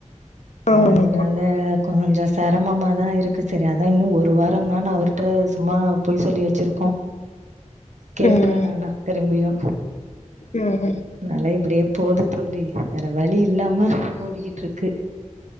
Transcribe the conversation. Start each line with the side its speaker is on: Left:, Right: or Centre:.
Left: ஆமாமாமா
Right: அதனால கொஞ்சோ சிரமமாதான் இருக்கு சரி அதான் இன்னு ஒரு வார் தன் நான் நா அவர்ட்ட சும்மா பொய் சொல்லி வெச்ருக்கோ கேப்பார்
Left: ம்
Right: ஆனா திரும்பியு
Left: ம் ம்
Right: அனால இப்டியேப் போது தோழி வேற வலி இல்லாம ஓடிகிட் இருக்கு